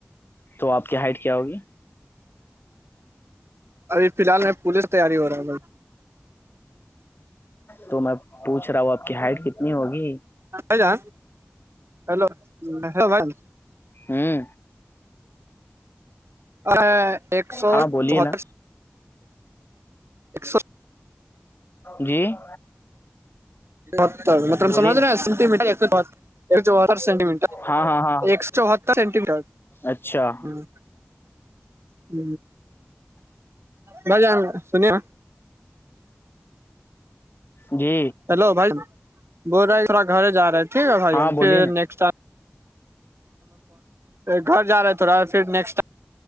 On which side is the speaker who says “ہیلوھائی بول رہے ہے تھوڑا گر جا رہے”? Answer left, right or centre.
Right